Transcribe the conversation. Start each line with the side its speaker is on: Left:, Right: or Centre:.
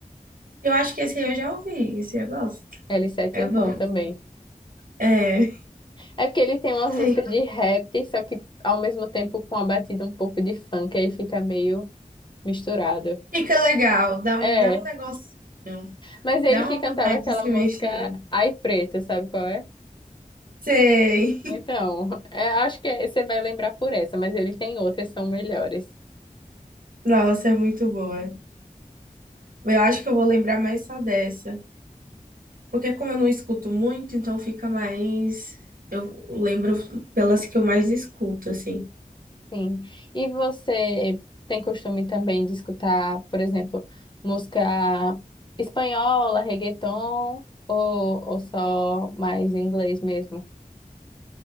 Right: Eu acho que esse aí eu já ouvi, esse eu gosto.
Left: L7
Right: É
Left: é
Right: bom.
Left: bom também.
Right: É.
Left: É porque ele tem umas músicas
Right: <laughs> Sim.
Left: de rap, só que ao mesmo tempo com a batida um pouco de funk, aí fica meio misturado.
Right: Fica legal, dá
Left: É,
Right: um, dá um negocinho,
Left: mas ele
Right: dá
Left: que
Right: uma
Left: cantava
Right: vontade
Left: aquela
Right: de se
Left: música
Right: mexer.
Left: Ai Preta, sabe qual é?
Right: Sei.
Left: Então, <laughs> é, acho que é- você vai lembrar por essa, mas ele tem outras que são melhores.
Right: Nossa, é muito boa. Eu acho que eu vou lembrar mais só dessa. Porque como eu não escuto muito, então fica mais. Eu lembro pelas que eu mais escuto, assim.
Left: Sim. E você tem costume também de escutar, por exemplo, música espanhola, reggaeton, ou, ou só mais inglês mesmo?